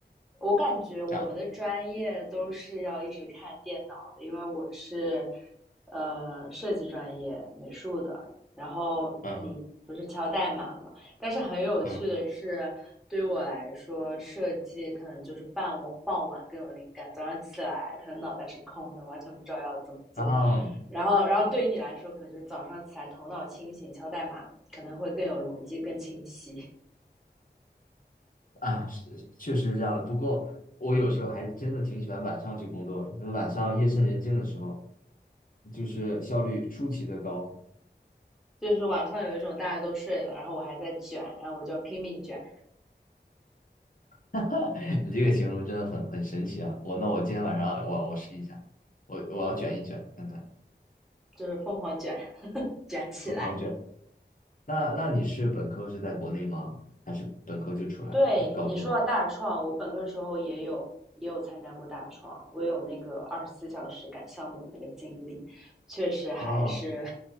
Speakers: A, in the centre; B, on the left.
A: 我感觉我们的专业都是要一直看电脑的，
B: 然后
A: 因为我是呃设计专业美术的，然后你不是敲代码嘛？
B: 嗯。
A: 但是很有趣的是，
B: 嗯
A: 对于我来说，设计可能就是傍晚傍晚更有灵感，早上起来可能脑袋是空的，完全不知道要怎么做。
B: 啊
A: 然后，然后对于你来说，可能就是早上起来头脑清醒，敲代码可能会更有逻辑、更清晰。
B: 啊，是确实是这样的。不过我有时候还真的挺喜欢晚上去工作的，因为晚上夜深人静的时候，就是效率出奇的高。
A: 就是晚上有一种大家都睡了，然后我还在卷，然后我就拼命卷，
B: <laughs> 你这个形容真的很很神奇啊！我那我今天晚上我我试一下，我我要卷一卷看看，
A: 就是疯狂卷，卷起来。
B: 我狂卷。那那你是本科是在国内吗？还是本科就出来了？
A: 对你说到大创，
B: 还是高中？
A: 我本科的时候也有也有参加过大创，我有那个二十四小时赶项目的那个经历，确实还是
B: 哦，